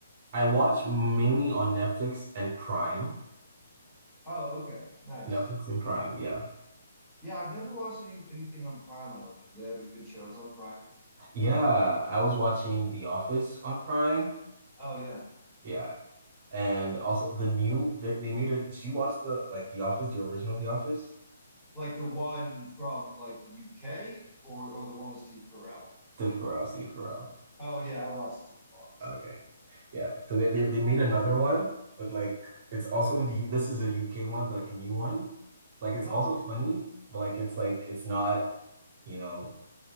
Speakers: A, on the right; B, in the centre.
A: I watch mainly on Netflix and Prime.
B: Oh, okay, nice.
A: Netflix and Prime, yeah.
B: Yeah, I've never watched any anything on Prime. I don't think. Do they have good shows on Prime?
A: Yeah, I was watching The Office on Prime.
B: Oh yeah,
A: Yeah. And also the new they, they made a do you watch the like The Office, the original The Office?
B: like the one from like the UK or or the one with Steve Carell.
A: Steve Carell, Steve Carell.
B: Oh yeah, I watched the Secret Office.
A: Okay.
B: Yeah.
A: Yeah. So they, they they made another one with like it's also in the U- this is a UK one, like a new one. Like it's
B: Oh
A: also funny, but like it's like it's not, you know,